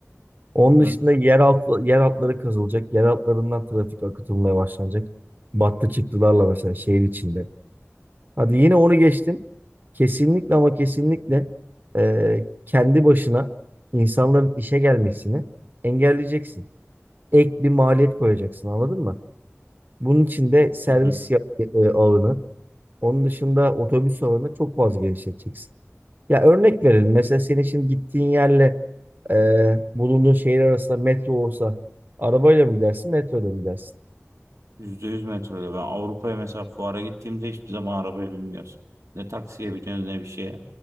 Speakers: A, on the right; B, on the right.
A: Onun
B: Hı hı,
A: dışında yer altı, yer altları kazılacak. Yer altlarından trafik akıtılmaya başlanacak. Battı çıktılarla mesela şehir içinde. Hadi yine onu geçtim. Kesinlikle ama kesinlikle e, kendi başına insanların işe gelmesini engelleyeceksin. Ek bir maliyet koyacaksın anladın mı? Bunun için de servis
B: hı hı.
A: ya- e, ağını onun dışında otobüs ağını çok fazla genişleteceksin. Ya örnek verelim. Mesela senin şimdi gittiğin yerle e, bulunduğun şehir arasında metro olsa arabayla mı gidersin, metroda mı gidersin?
B: Yüzde yüz metro ben Avrupa'ya mesela fuara gittiğimde hiçbir zaman arabaya binmiyoruz. Ne taksiye biniyoruz ne bir şeye.